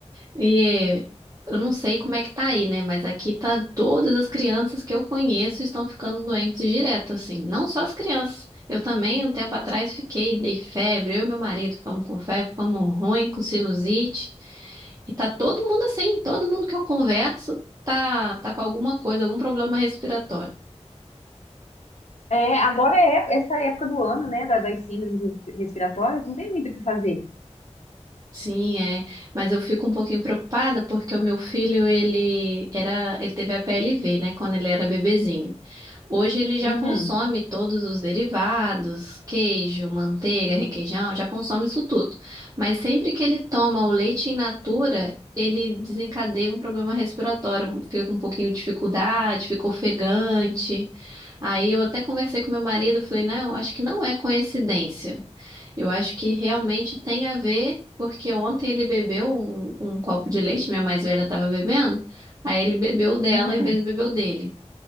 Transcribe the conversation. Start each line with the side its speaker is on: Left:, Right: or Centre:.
Right: E eu não sei como é que tá aí, né? Mas aqui tá todas as crianças que eu conheço estão ficando doentes direto, assim. Não só as crianças. Eu também, um tempo atrás, fiquei, dei febre. Eu e meu marido ficamos com febre, ficamos ruim, com sinusite. E tá todo mundo assim, todo mundo que eu converso tá, tá com alguma coisa, algum problema respiratório.
Left: É, agora é essa época do ano, né? da- das síndromes respiratórias, não tem muito o que fazer.
Right: Sim, é. Mas eu fico um pouquinho preocupada porque o meu filho, ele era, ele teve a PLV, né? Quando ele era bebezinho. Hoje ele já
Left: Uhum,
Right: consome todos os derivados, queijo, manteiga, requeijão, já consome isso tudo. Mas sempre que ele toma o leite in natura, ele desencadeia um problema respiratório, um, fica com um pouquinho de dificuldade, fica ofegante. Aí eu até conversei com meu marido, falei, não, acho que não é coincidência. Eu acho que realmente tem a ver, porque ontem ele bebeu um, um copo de leite, minha mais velha estava bebendo, aí ele bebeu o dela
Left: uhum.
Right: em vez de beber o dele.